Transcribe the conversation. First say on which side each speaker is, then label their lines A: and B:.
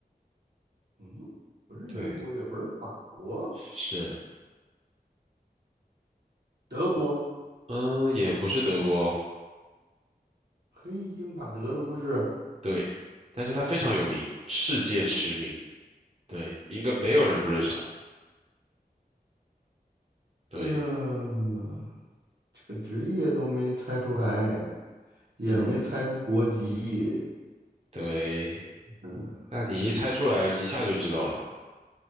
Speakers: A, on the right (about 85°); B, on the right (about 40°).
A: 嗯，不是英国，
B: 对，
A: 也不是法国，
B: 是
A: 德国，
B: 我，嗯，也不是德国哦，
A: 嘿，英法德都不是，
B: 对，但是它非常有名，世界驰名，对，应该没有人不认识它，对，
A: 嗯。这个职业都没猜出来，也没猜出国籍。
B: 嗯，对，
A: 嗯
B: 但你一猜出来，一下就知道了，